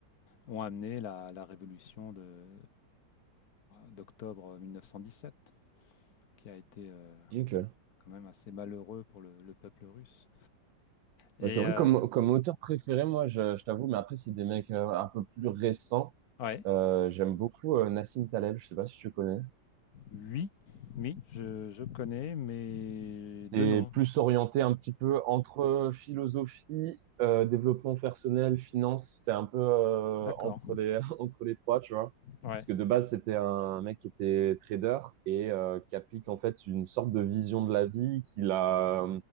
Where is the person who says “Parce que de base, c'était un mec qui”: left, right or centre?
Right